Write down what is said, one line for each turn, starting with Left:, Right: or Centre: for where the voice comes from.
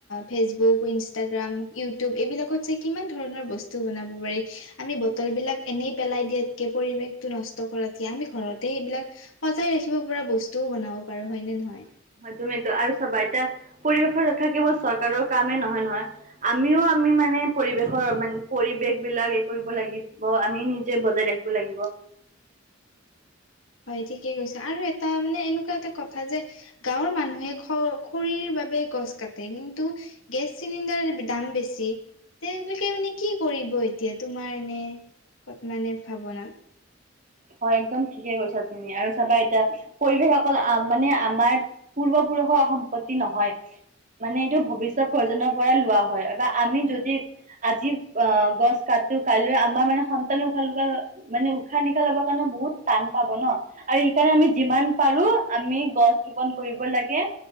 Left: ফেচবুক, ইনষ্টাগ্ৰাম, ইউটিউব, এইবিলাকত যে কিমান ধৰণৰ বস্তু বনাব পাৰি আমি বটলবিলাক এনেই পেলাই দিয়াতকৈ পৰিৱেশটো নষ্ট কৰাতহিয় আমি ঘৰতে সেইবিলাক। সজাই ৰাখিব পৰা বস্তুও বনাব পাৰো হয় নে নহয়
Right: তুমি একদম আৰু চাবা এতিয়া পৰিৱেশৰ ৰক্ষা কেৱল চৰকাৰৰ কামেই নহয়, নহয় আমিও আমি মানে পৰিৱেশৰ মানে পৰিৱেশ বিলাক এই কৰিব লাগিব আমি নিজে বজাই ৰাখিব লাগিব
Left: হয় ঠিকে কৈছা, আৰু এটা মানে, এনেকুৱা এটা কথা যে গাঁৱৰ মানুহে খ খৰিৰ বাবে গছ কাটে কিন্তু গেছ চিলিণ্ডাৰৰ দাম বেছি তেবাকে মানে কি কৰিব এতিয়া তোমাৰ নে কত মানে ভাৱনাত
Right: হয়, একদম ঠিকে কৈছা তুমি আৰু চাবা এতিয়া পৰিৱেশ অকল মানে আমাৰ পূৰ্বপ পৰুষ সম্পত্তি নহয় মানে এইটো ভৱিষ্যত প্ৰজন্মৰ পৰাই লোৱা হয় বা আমি যদি আজি অ', গছ কাট ত কাইলৈ আমাৰ মানে সন্তানে উশাহা মানে উশাহ- নিশাহ লবা কাৰণে বহুত টান পাব ন আৰু সেইকাৰণে আমি যিমান পাৰো আমি গছ ৰোপন কৰিব লাগে